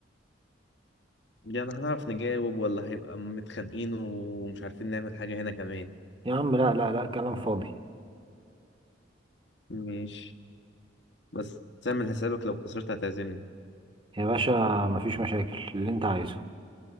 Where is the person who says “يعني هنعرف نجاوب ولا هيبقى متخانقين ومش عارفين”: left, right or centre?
Left